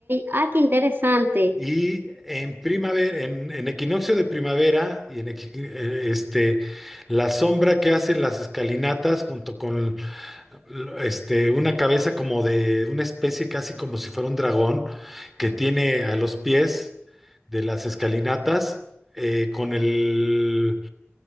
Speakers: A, on the right; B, in the centre.
A: Ah, qué interesante.
B: Y en primavera, en, en equinoccio de primavera, y en equi- eh, este, la sombra que hacen las escalinatas junto con este, una cabeza como de una especie casi como si fuera un dragón que tiene a los pies de las escalinatas eh, con el